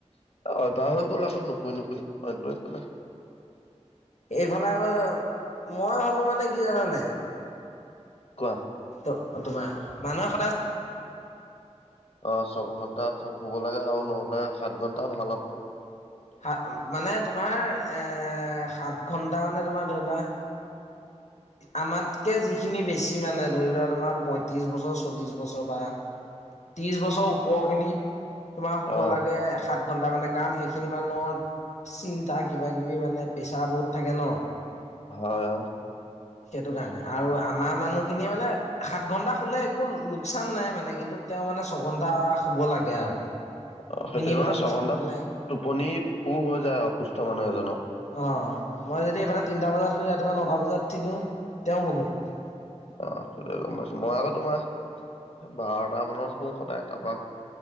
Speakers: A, on the left; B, on the left.
A: অভ্যাস হৈ গ'ল। আকৌ নুশুই নুশুই অইনটো একো নাই।
B: এইফালে আকৌ মই ভাবো মানে কি জানানে
A: কাহ
B: অ তোমাৰ মানুহ
A: অ ছয় ঘন্টা শুব লাগে আৰু ন সাত ঘণ্টা ভাল হ'ব।
B: সাত মানে তোমাৰ এ সাত ঘন্টা মানে তোমাৰ ধৰি লোৱা। আমাতকে যিখিনি বেছি মানে ধৰি লোৱা তোমাৰ পঁয়ত্ৰিশ বছৰ চল্লিশ বছৰ বা। ত্ৰিশ বছৰ ওপৰ খিনি তোমাৰ শুব
A: অ
B: লাগে সাত ঘণ্টা মানে কাৰণ সেইখিনি মানত চিন্তা কিবাকিবি মানে প্ৰেছাৰ বহুত থাকে ন।
A: হয়।
B: সেইটো কাৰণে আৰু আমাৰ মানুহখিনিয়ে মানে সাত ঘন্টা খুলে একো লোকচান নাই মানে কিন্তু। তেওঁ মানে ছঘন্টা শুব লাগে আৰু
A: অ সেইটো
B: মিনিমাম
A: মানে ছঘন্টাত
B: মানে
A: টোপনি পুৰ হৈ যায় অসুস্থ মানুহ এজনক
B: অ মই যদি এইফালে তিনটা বজাত শুই, ৰাতিপুৱা নটা বজাত উঠি দিওঁ তেওঁ বহুত।
A: অ গম পাইছো মই আকৌ তোমাৰ। বাৰটা মানত শো সদায় তাৰপা।